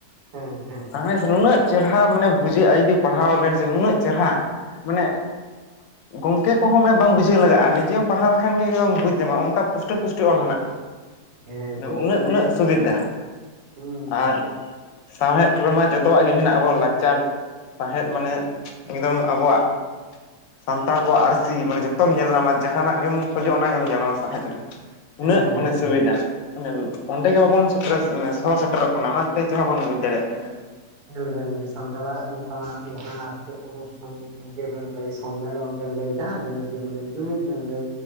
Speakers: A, on the right; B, on the left.
A: ᱦᱮᱸ ᱦᱮᱸ
B: ᱥᱟᱬᱮᱥ ᱱᱩᱱᱟᱹᱜ ᱪᱮᱨᱦᱟ ᱢᱟᱱᱮ ᱵᱩᱡᱷᱟᱹᱜ-ᱟ, ᱡᱩᱫᱤ ᱯᱟᱲᱦᱟᱣ ᱟᱵᱮᱱ ᱥᱮ ᱱᱩᱱᱟᱹᱜ ᱪᱮᱨᱦᱟ ᱢᱟᱱᱮ ᱜᱚᱝᱠᱮ ᱠᱚᱦᱚᱸ ᱢᱮ ᱵᱟᱝ ᱵᱩᱡᱷᱟᱹᱣ ᱞᱟᱜ-ᱟ᱾ ᱱᱤᱡᱮᱢ ᱯᱟᱲᱦᱟᱣ ᱞᱮᱠᱷᱟᱱ ᱜᱮ ᱮᱫᱚᱢ ᱵᱩᱡᱽ ᱧᱟᱢᱟ᱾ ᱚᱱᱠᱟ ᱯᱩᱥᱴᱟᱹ ᱯᱩᱥᱴᱟᱹ ᱚᱞ ᱢᱮᱱᱟᱜ-ᱟ
A: ᱦᱮᱸ
B: ᱚ
A: ᱜᱳ
B: ᱩᱱᱟᱹᱜ
A: ᱢᱟᱱᱮ
B: ᱩᱱᱟᱹᱜ ᱥᱩᱵᱤᱫᱟ᱾
A: ᱦᱩᱸ ᱦᱩᱸ᱾
B: ᱟᱨ ᱥᱟᱶᱦᱮᱫ ᱠᱚᱨᱮᱢᱟ ᱡᱚᱛᱚᱣᱟᱜ ᱜᱮ ᱦᱮᱱᱟᱜ ᱟᱵᱚᱣᱟᱜ ᱞᱟᱠᱪᱟᱨ ᱥᱟᱶᱦᱮᱫ ᱢᱟᱱᱮ ᱮᱠᱫᱚᱢ ᱟᱵᱚᱣᱟᱜ ᱥᱟᱱᱛᱟᱲ ᱠᱚᱣᱟᱜ ᱟᱨᱥᱤ᱾ ᱢᱟᱱᱮ ᱡᱚᱛᱚᱢ ᱧᱮᱞ ᱧᱟᱢᱟ ᱡᱟᱦᱟᱱᱟᱜ ᱜᱮᱢ ᱠᱷᱚᱡᱚᱜ-ᱟ ᱚᱱᱟ ᱜᱮᱢ ᱧᱮᱞ ᱧᱟᱢᱟ ᱥᱟᱶᱦᱮᱫ ᱨᱮ᱾
A: ᱦᱮᱸ
B: ᱩᱱᱟᱹᱜ ᱢᱟᱱᱮ
A: ᱦᱮᱸ
B: ᱥᱩᱵᱤᱫᱟ ᱢᱟᱱᱮ ᱚᱸᱰᱮ ᱜᱮ ᱵᱟᱵᱚᱱ ᱥᱮᱴᱮᱨᱟ ᱫᱚᱦᱚ ᱥᱮᱴᱮᱨᱚᱜ ᱠᱟᱱᱟ ᱚᱱᱟᱛᱮ ᱡᱟᱦᱟᱸ ᱵᱚᱱ ᱵᱩᱡᱽ ᱫᱟᱲᱮᱭᱟᱜ ᱠᱟᱱᱟ᱾
A: ᱧᱮᱞᱵᱮᱱ ᱥᱟᱱᱛᱟᱲᱟᱜ ᱱᱚᱝᱠᱟᱱᱟᱜ ᱡᱟᱦᱟᱸ ᱟᱨ ᱪᱮᱫ ᱚᱱᱩᱥᱴᱷᱟᱱ ᱜᱮᱵᱮᱱ ᱞᱟᱹᱭ, ᱥᱚᱢᱢᱮᱞᱚᱱ ᱵᱮᱱ ᱞᱟᱹᱭ, ᱡᱟᱦᱟᱸ ᱡᱤᱱᱤᱥ ᱜᱮᱵᱮᱱ ᱞᱟᱹᱭ ᱡᱩᱢᱤᱫ ᱵᱮᱱ ᱞᱟᱹᱭ